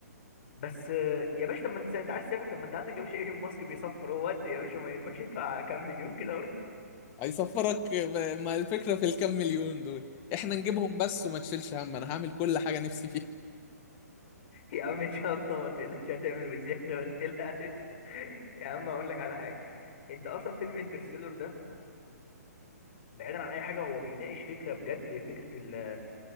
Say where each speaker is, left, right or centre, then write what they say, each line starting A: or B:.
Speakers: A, on the left; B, on the left.
A: بس آه، يا باشا طب ما انت انت عايز تسافر طب ما انت عندك يا باشا ايلون ماسك بيصفر هو ودي يا باشا ما يهمكش ادفع كام مليون كده وروح
B: هيصفرك ب- ما الفكرة في الكام مليون دول إحنا نجيبهم بس وما تشيلش هم أنا هعمل كل حاجة نفسي فيها
A: يا عم ان شاء الله ما تقلقش هتعمل بزيادة ما تقلقش <laughs> يا عم هقول لك على حاجة انت اصلا فيلم انترستيلر ده بعيدا عن اي حاجة هو بيناقش فكرة بجد فكرة ال